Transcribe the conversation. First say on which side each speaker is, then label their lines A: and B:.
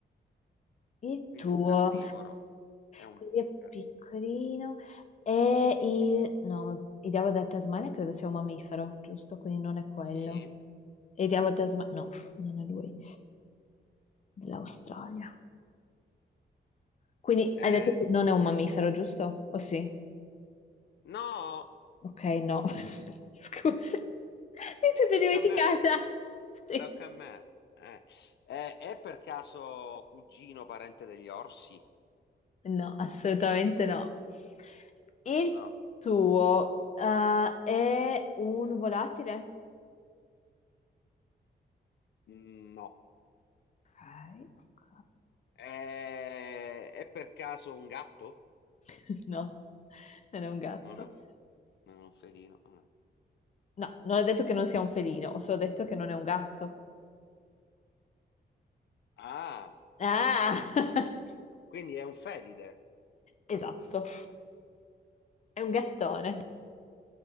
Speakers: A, on the left (about 40°); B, on the left (about 85°).
A: Il
B: Quindi
A: tuo,
B: è un carnivoro. È un
A: quindi è
B: carnivoro.
A: piccolino. E il... No, il diavolo della Tasmania credo sia un mammifero, giusto? Quindi non è quello.
B: Sì.
A: E il diavolo della Tasmania... No, non è lui, dell'Australia. Quindi
B: Eh,
A: hai detto che non è un mammifero, giusto? O sì?
B: no,
A: Ok, no. <laughs> Scusa. Mi sono già
B: tocca
A: dimenticata.
B: a me.
A: Sì.
B: Tocca a me. Eh, eh, è per caso cugino parente degli orsi?
A: No, assolutamente no. Il
B: No,
A: tuo, eh, è un volatile?
B: Mm, no.
A: Ok, ok.
B: Eh, è per caso un gatto?
A: <laughs> No, non è un gatto.
B: Non è un, non è un felino. Ah, no.
A: No, non ho detto che non sia un felino, ho solo detto che non è un gatto.
B: Ah,
A: Ah, <laughs>
B: quindi è un felide.
A: esatto, è un gattone.